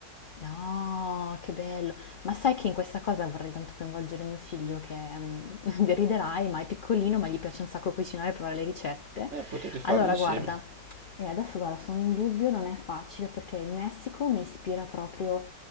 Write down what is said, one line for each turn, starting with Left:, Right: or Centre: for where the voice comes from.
Left: No, che bello. Ma sai che in questa cosa vorrei tanto coinvolgere mio figlio che ehm, <laughs> deriderai, ma è piccolino, ma gli piace un sacco cucinare e provare le ricette.
Right: Eh, potete farlo
Left: Allora,
Right: insieme.
Left: guarda, e adesso guarda, sono in dubbio, non è facile perché il Messico mi ispira proprio